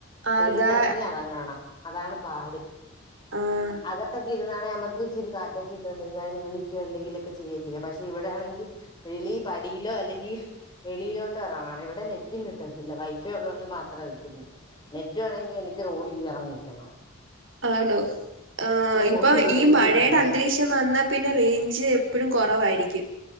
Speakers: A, on the right (about 60°); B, on the left (about 20°).
A: അതാ
B: വെളീ തന്നെ എറങ്ങണം അതാ പാട്.
A: ആഹ്
B: അകത്തൊക്കെ ഇരുന്നാണെ ഞമ്മക്ക് ച്ചിരി കാറ്റൊക്കെ ട്ടോണ്ടിര്ന്നയ്ൻ വിളി ക്ക്യോ ന്തെങ്കിലൊക്കെ ചെയ്യ ചെയ്യാം പക്ഷെ ഇവിടാണെങ്കി വെളി പടിയിലോ അല്ലെങ്കി വെളിയിലോട്ടോ എറങ്ങ ഇവിടെ നെറ്റും കിട്ടത്തില്ല വൈഫൈ ഉള്ളോണ്ട് മാത്ര കിട്ടുന്നു. നെറ്റ് വേണങ്കി ഇന്ക്ക് റോഡിഇറങ്ങിക്കണം.
A: ആണോ ആ ഇപ്പൊ
B: ഫോണിൽ
A: ഈ
B: റേഞ്ച്
A: മഴയുടെ
B: കിട്ടുന്നു
A: അന്തരീക്ഷം വന്നാ പിന്നെ റേഞ്ച് എപ്പഴും കുറവായിരിക്കും